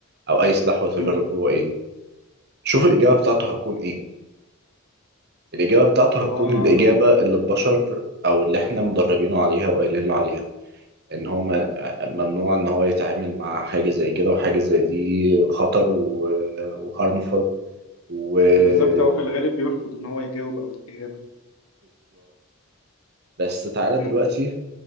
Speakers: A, on the right; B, on the left.
A: أو أي سلاح وات ايفر
B: مم.
A: هو إيه شوف الإجابة بتاعته هتكون إيه الإجابة بتاعته
B: هو
A: هتكون الإجابة اللي البشر أو اللي إحنا مدربينه عليها وقايلين له عليها ان هو ما- ممنوع ان هو يتعامل مع حاجه زي كده وحاجه زي دي خطر وهارمفul وبالظبط
B: بالظبط هو في الغالب بيرفض إن هو يجاوب أو يديك إجابة
A: بس تعالى
B: مم.
A: دلوقتي